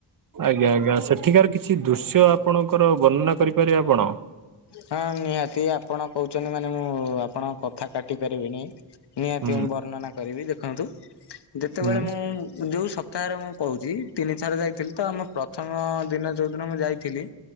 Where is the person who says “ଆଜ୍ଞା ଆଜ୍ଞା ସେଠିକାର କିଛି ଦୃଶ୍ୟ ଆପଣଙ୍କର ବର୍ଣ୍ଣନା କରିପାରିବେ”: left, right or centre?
Right